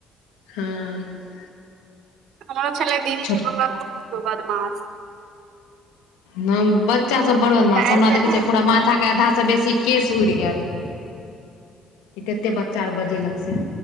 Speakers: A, on the left; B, on the right.
A: हँऽ
B: हमरो छलै दीदी
A: छोट
B: के बौआ बहु बदमास।
A: हॅं बच्चासभ बड़ बदमाश
B: काल्हि
A: हमरा
B: से
A: देखै
B: ने
A: छिय पूरा माथाके आधासँ बेसी केश उड़ि गेल। ई तते बच्चा आऔर बजेलक से,